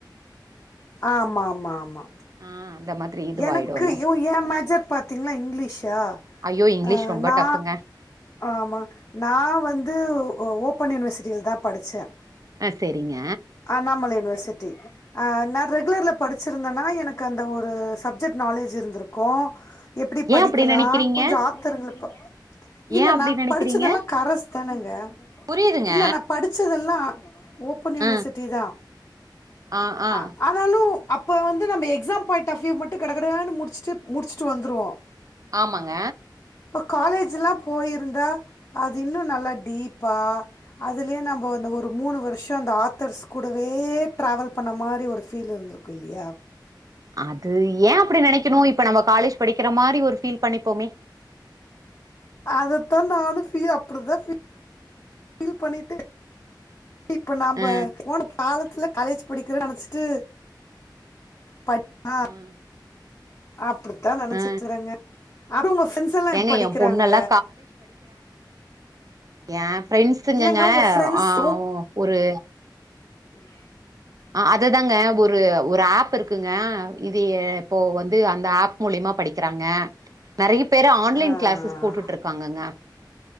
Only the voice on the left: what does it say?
ஆமா ஆமா ஆமா
எனக்கு யு ஏ மேஜர் பாத்திங்னா இங்லீஷா
ஆஹ்
நா
ஆமா நா வந் து ஓ ஓப்பன் யூனிவர்சிட்டியில் தா படிச்சே
அண்ணாமலை யூனிவர்சிட்டி ஆஹ் நா ரெகுலர்ல படிச்சு இருந்தனா எனக்கு அந்த ஒரு சப்ஜெக்ட் நாலேஜ் இருந்திருக்கு எப்டி
படிக்கலா
கொஞ்ச ஆத்தருங்கள இப்ப இல்ல
நா
படிச்சதெல்லா கரஸ் தானங்க
இல்ல நா படிச்சதெல்லா ஓப்பன் யுனிவர்சிட்
டிதா
அ ஆனாலும் அப்போ வந்து நம்ம எக்ஸாம் பாயிண்ட் ஆஃப் வியூ மட்டும் கடகடனு முடிச்சுட்டு முடிச்சுட்டு வந்துருவோ
இப்போ காலேஜ்லா போயிருந்தா அது இன்னு நல்லா டீப்பா அதுலே நம்ம வந்து ஒரு மூணு வருஷம் அந்த ஆர்த்தர்ஸ் கூடவே ட்ராவல் பண்ண மாரி ஒரு ஃபீல் இருந்திருக்கு இல்லியா
அதத்தா நானு ஃபீல் அப்டிதா ஃபீல் ஃபீல் பண்ணிட்டு இப்ப நாம
போன காலத்துல காலேஜ் படிக்கிற நெனச்சிட்டு ப ஆ
அப்படித்தா நெனைச்சற்றேங்க
அப்ப உங்க ஃப்ரன்ஸல்லாம்
படிக்கிறாங்க
இல்லங்க உங்க ஃப்ரெண்ட்ஸ்
ஒரு
ஆ